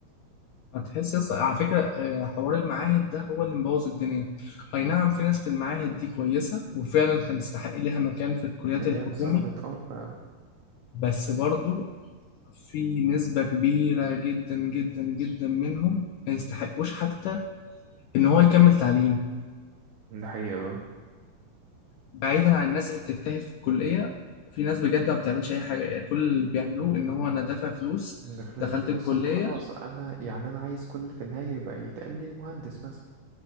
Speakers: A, on the left (about 80°); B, on the right (about 70°).
A: هتحس يا اسطى على فكرة آه، حوار المعاهد ده هو اللي مبوظ الدنيا أي نعم في ناس في المعاهد دي كويسة وفعلا كان تستحق ليها مكان في الكليات
B: اللي
A: الحكومي
B: هي اتظلمت اه ف-
A: بس برضو في نسبة كبيرة جدا جدا جدا منهم ما يستحقوش حتى إن هو يكمل تعليم
B: ده حقيقة اه
A: بعيدا عن الناس اللي بتجتهد في الكلية في ناس بجد ما بتعملش أي حاجة يعني كل اللي بيعملوه إن هو أنا دافع فلوس
B: داخلين
A: دخلت
B: بفلوسهم
A: الكلية
B: خلاص أنا يعني أنا عايز كل في النهاية يبقى يتقال لي مهندس مثلا